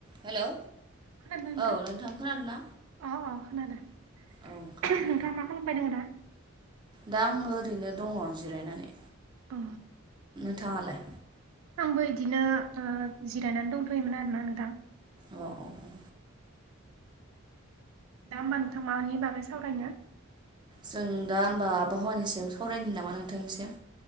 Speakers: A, on the right (about 20°); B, on the right (about 80°).
A: Hello.
B: खोनादों नोंथां
A: औ खोनादों ना
B: अ अ खादों।
A: औ खोनादों
B: नोंथाङा मा खालामबाय दं दा।
A: दा आङो ओरैनो दङ जिरायनानै।
B: अ
A: नोंथाङा लाय।
B: आंबो बिदिनो ओ जिरायनानै दंथ'योमोन आरोना नोंथां।
A: अ अ औ।
B: दा होमबा नोंथां मानि बागै सावरायनो।
A: जों दा होमबा आबहावानि सायाव सावरायनो नामा नोंथां एसे।